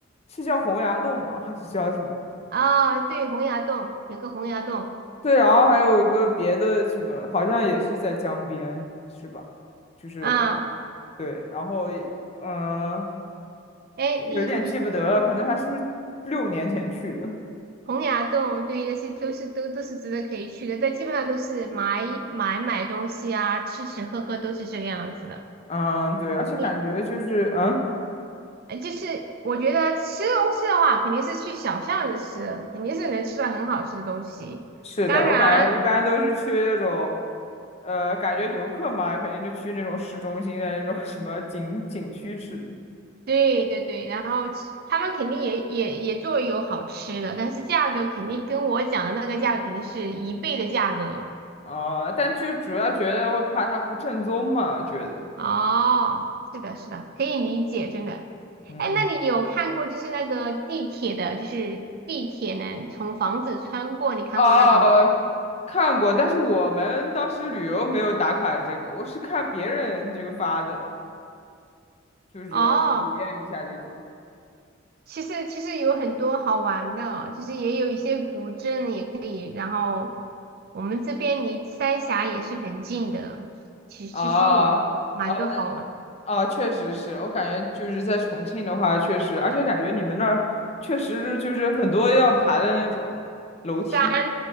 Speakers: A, on the left; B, on the right.
A: 是叫洪崖洞吗？还是叫什么？
B: 哦，对，洪崖洞有个洪崖洞
A: 对，然后还有一个别的什么，好像也是在江边，是吧？就是
B: 啊，
A: 对，然后嗯、
B: 哎，
A: 有点记不得了，
B: 你你
A: 可能还是六年前去的。
B: 洪崖洞，对，那些都是都都是值得可以去的，但基本上都是买买买东西啊，吃吃喝喝都是这个样子的。
A: 嗯，对，而且感觉就是嗯。
B: 你呃就是我觉得吃东西的话，肯定是去小巷子吃，肯定是能吃到很好吃的东西。
A: 是的，
B: 当然。
A: 我感觉一般都是去那种，呃，感觉游客嘛，肯定就去那种市中心的那种什么景景区吃，
B: 对对对，然后其他们肯定也也也做有好吃的，但是价格肯定跟我讲的那个价格肯定是一倍的价格。
A: 啊、但就主要觉得会怕它不正宗嘛，觉得，
B: 哦，是的，是的，可以理解，真的。
A: 嗯，
B: 哎，那你有看过就是那个地铁的，就是地铁呢从房子穿过，你看过那个吗？
A: 哦、看过，但是我们当时旅游没有打卡这个，我是看别人就发的，就是体验一下这种，
B: 哦，其实其实有很多好玩的哦，就是也有一些古镇也可以，然后我们这边离三峡也是很近的，其其实有蛮多好玩。
A: 啊。哦啊，确实是我感觉就是在重庆的话，确实，而且感觉你们那儿确实就是很多要爬的那种楼梯。
B: 山